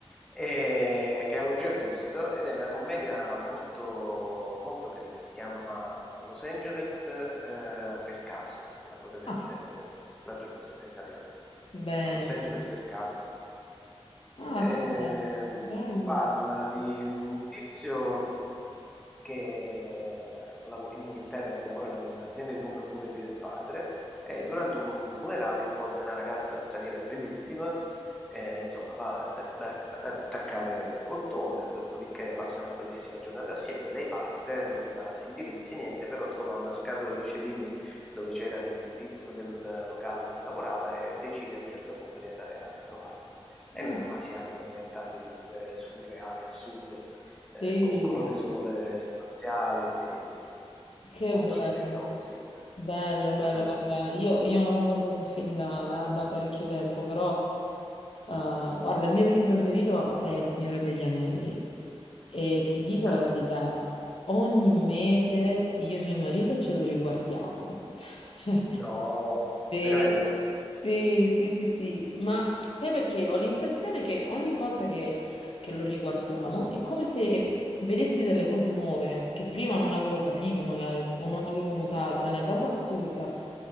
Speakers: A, in the centre; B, on the left.
A: e, che avevo già visto, ed è una commedia molto, molto carina, si chiama Los Angeles eh, per caso, una cosa del
B: Ah,
A: genere, la traduzione in italiano,
B: bene.
A: a Los Angeles per caso. no.
B: Ah,
A: Ehm,
B: che bello. Bello.
A: parla di un tizio che eh, lav- in Inghilterra che lavora nell'azienda di pompe funebri del padre e durante un funerale incontra una ragazza straniera bellissima, eh, insomma va ad, attac- da- ad attaccare bottone, dopodiché passa una bellissima giornata assieme, lei parte, non gli dà indirizzi, niente, però trova una scatola di cerini dove c'era l'indirizzo del locale in cui lavorava e decide a un certo punto di andare a trovarlo. E
B: Ah,
A: là si aprono un ventaglio di robe surreali, assurde eh,
B: Sì.
A: con colonne sonore spaziali, sì, sì, sì.
B: Che
A: Molto
B: bello,
A: rock and roll, sì.
B: bello,
A: Una
B: bello.
A: bella
B: Guarda,
A: commedia.
B: io, io non ho guardato un film da, da- da parecchio tempo, però eh, guarda, il mio film preferito è Il Signore degli Anelli e ti dico
A: Ah,
B: la verità,
A: vabbè, sì.
B: ogni mese io e mio marito ce lo riguardiamo. <laughs> Cioè,
A: No,
B: sì,
A: veramente.
B: sì, sì, sì, sì, ma sai perché ho l'impressione che ogni volta che, che lo riguardiamo è come se vedessi delle cose nuove che prima non avevo capito magari o non avevo notato, è una cosa assurda.